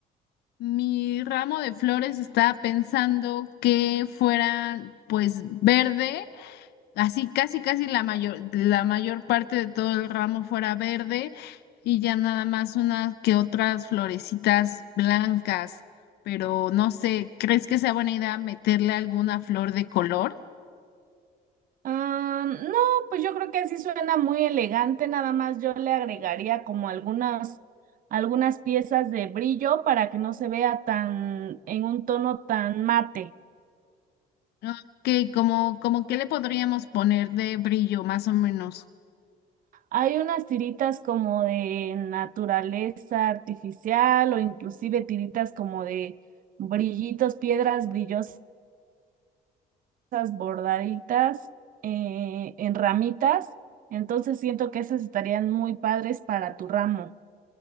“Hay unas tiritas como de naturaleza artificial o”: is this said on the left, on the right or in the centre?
Right